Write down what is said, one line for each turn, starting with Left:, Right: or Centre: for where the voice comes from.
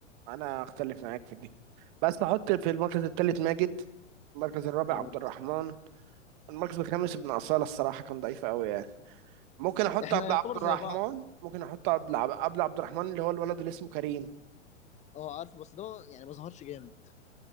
Right: أنا أختلف معاك في دي بس أحط في المركز الثالث ماجد المركز الرابع
Left: تمام
Right: عبد الرحمن المركز الخامس ابن أصالة الصراحة كان ضعيف أوي يعني ممكن أحط
Left: احنا
Right: قبل
Left: يعتبر
Right: عبد الرحمن
Left: زي بعض
Right: ممكن أحط قبل عب- قبل عبد الرحمن اللي هو الولد اللي اسمه كريم
Left: اه عارف بس ده يعني ما ظهرش جامد